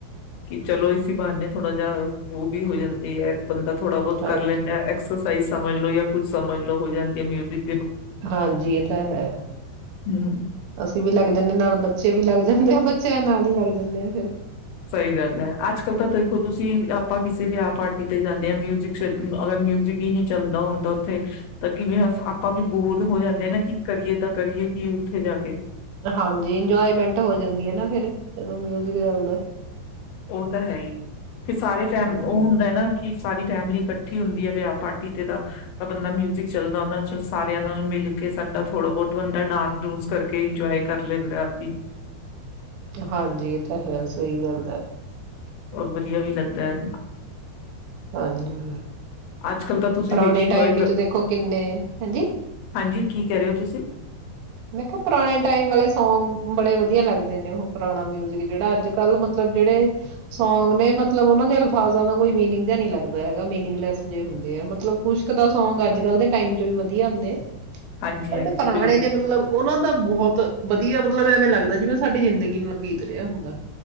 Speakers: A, on the left; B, on the right.
A: ਕਿ ਚਲੋ ਇਸ ਬਹਾਨੇ ਥੋੜਾ ਜਿਹਾ ਉਹ ਵੀ ਹੋ ਜਾਂਦੀ ਹੈ ਬੰਦਾ ਥੋੜਾ ਬਹੁਤ
B: ਹਾਂਜੀ
A: ਕਰ ਲੈਂਦਾ ਐਕਸਰਸਾਈਜ਼ ਸਮਝ ਲੋੋ ਜਾਂ ਕੁੱਛ ਸਮਝ ਲੋ ਹੋ ਜਾਂਦੀ ਹੈ ਮਿਊਜ਼ਿਕ
B: ਹਾਂਜੀ, ਇਹ ਤਾਂ ਹੈ
A: ਹਮ
B: ਅਸੀਂ ਵੀ ਲੱਗ ਜਾਂਦੇ ਨਾਲ ਬ ਬੱਚੇ ਵੀ ਲੱਗ ਜਾਂਦੇ ਆ ਬੱਚਿਆਂ ਨਾਲ ਹੀ ਲੱਗ ਜਾਂਦੇ ਆ ਫਿਰ।
A: ਸਹੀ ਗੱਲ ਹੈ, ਅੱਜ-ਕੱਲ ਤਾਂ ਦੇਖੋ ਤੁਸੀਂ ਆਪਾਂ ਕਿਸੇ ਵੀਆਹ ਪਾਰਟੀ ਤੇ ਜਾਂਦੇ ਆ ਮਿਊਜਿਕ ਅਗਰ ਮਿਊਜਿਕ ਹੀ ਨੀ ਚੱਲਦਾ ਹੁੰਦਾ ਉਥੇ ਤਾਂ ਕਿਵੇਂ ਆਪਾਂ ਵੀ ਬੋਰ ਹੋ ਜਾਂਦੇ ਹਾਨਾ ਕਿ ਕਰੀਏ ਤਾਂ ਕਰੀਏ ਕੀ ਉੱਥੇ ਜਾ ਕੇ?
B: ਹਾਂਜੀ, ਇੰਜੋਏਮੈਂਟ ਹੋ ਜਾਂਦੀ ਹੈਨਾ ਫਿਰ ਜਦੋ ਮਿਊਜਿਕ ਚਲਦਾ।
A: ਉਹ ਤਾਂ ਹੈ ਹੀ, ਫਿਰ ਸਾਰੇ ਫੈਮ
B: ਹਮ
A: ਉਹ ਹੁੰਦਾ ਨਾ ਕਿ ਸਾਰੀ ਫੈਮਿਲੀ ਇਕੱਠੀ ਹੁੰਦੀ ਹੈ ਵਿਆਹ, ਪਾਰਟੀ ਤੇ ਤਾਂ ਬੰਦਾ ਮਿਊਜਿਕ ਚੱਲਦਾ ਉਹ ਚ ਸਾਰਿਆਂ ਨਾਲ ਮਿਲ ਬੰਦਾ ਥੋੜਾ ਬਹੁਤ ਬੰਦਾ ਡਾਂਸ-ਡੂੰਸ ਕਰਕੇ ਇੰਜੋਏ ਕਰ ਲੈਂਦਾ ਆਪਹੀ।
B: ਹਾਂਜੀ, ਇਹ ਤਾਂ ਹੈ ਸਹੀ ਗੱਲ ਹੈ।
A: ਹੋਰ ਵਧੀਆ ਵੀ ਲੱਗਦਾ ਹੈ।
B: ਹਾਂਜੀ,
A: ਅੱਜ ਕੱਲ੍ਹ ਤਾਂ ਤੁਸੀਂ
B: ਪੁਰਾਣੇ
A: ਵੇਖਿਆ
B: ਟਾਈਮ
A: ਹੋਏਗਾ
B: ਵਿੱਚ ਦੇਖੋ ਕਿੰਨੇ, ਹਾਂਜੀ।
A: ਹਾਂਜੀ ਕੀ ਕਹਿ ਰਹੇ ਹੋ ਤੁਸੀਂ?
B: ਮੈਂ ਕਿਹਾ, ਪੁਰਾਣੇ ਟਾਈਮ ਵਾਲੇ ਸੌਗ ਬੜੇ ਵਧੀਆ ਲੱਗਦੇ ਨੇ ਉਹ ਪੁਰਾਣਾ ਮਿਊਜਿਕ ਜਿਹੜਾ ਅੱਜ-ਕਲ ਮਤਲਬ ਜਿਹੜੇ ਸੌਗ ਨੇ ਮਤਲਬ ਉਹਨਾ ਦਾ ਅਲਫਾਜ਼ਾਂ ਦਾ ਕੋਈ ਮੀਨਿੰਗ ਜਾ ਨੀ ਲੱਗਦਾ ਹੈ ਮੀਨਿੰਗੈਸ ਜੇਹੁੰ ਆ ਮਤਲਬ ਕੁਛ ਅਦਾ ਸੌਗ ਅੱਜ-ਕਲ ਦੇ ਟਾਈਮ ਚ ਵੀ ਵਧੀਆ ਹੁੰਦੇ। ਪਰ
A: ਹਾਂਜੀ ਹਾਂਜੀ
B: ਜਿਹੜੇ ਪੁਰਾਣੇ
A: ਬਿਲਕੁਲ
B: ਨੇ ਮਤਲਬ ਉਹਨਾਂ ਦਾ ਬਹੁਤ ਵਧੀਆ ਮਤਲਬ ਐਵੇਂ ਲੱਗਦਾ ਜਿਵੇਂ ਸਾਡੀ ਜ਼ਿੰਦਗੀ ਨਾਲ ਬੀਤ ਰਿਹਾ ਹੁੰਦਾ।